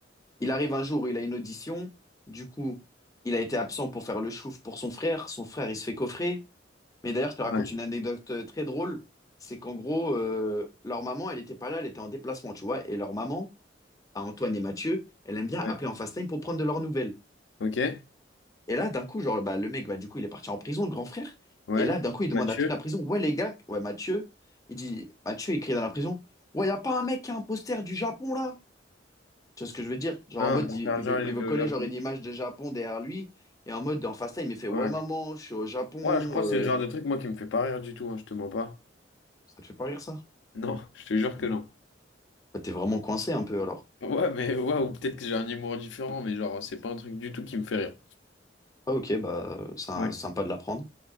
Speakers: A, on the left; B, on the left.
A: il arrive un jour où il a une audition. Du coup, il a été absent pour faire le chouf pour son frère. Son frère, il se fait coffrer. Mais d'ailleurs, je te
B: Ah
A: raconte
B: Ouais.
A: une anecdote euh, très drôle. C'est qu'en gros, euh, leur maman, elle n'était pas là, elle était en déplacement, tu vois. Et leur maman, à Antoine et Mathieu, elle aime bien
B: Ouais.
A: appeler en FaceTime pour prendre de leurs nouvelles.
B: Ok.
A: Et là, d'un coup, genre, bah, le mec, bah, du coup, il est parti en prison, le grand frère.
B: Ouais.
A: Et là, d'un coup, il demande
B: Mathieu.
A: à toute la prison, ouais, les gars, ouais, Mathieu, il dit, Mathieu, il crie dans la prison, ouais, y a pas un mec qui a un poster du Japon, là? Tu vois ce que je veux dire? Genre,
B: Hein,
A: en mode,
B: pour
A: il,
B: faire
A: il
B: genre,
A: veut,
B: il
A: il
B: était
A: veut
B: au
A: coller,
B: Japon.
A: genre, une image de Japon derrière lui. Et en mode, en FaceTime, il fait, ouais,
B: Ouais.
A: maman, je suis au Japon.
B: Ouais, je crois
A: euh.
B: que c'est le genre de truc, moi, qui me fait pas rire du tout, hein, je te mens pas.
A: Ça te fait pas rire, ça?
B: Non, <laughs> je te jure que non.
A: Bah, t'es vraiment coincé un peu alors.
B: Ouais, mais ouais, ou peut-être que j'ai un humour différent, mais genre, c'est pas un truc du tout qui me fait rire.
A: Ah ok, bah c'est
B: Ouais.
A: sy- sympa
B: <laughs>
A: de l'apprendre.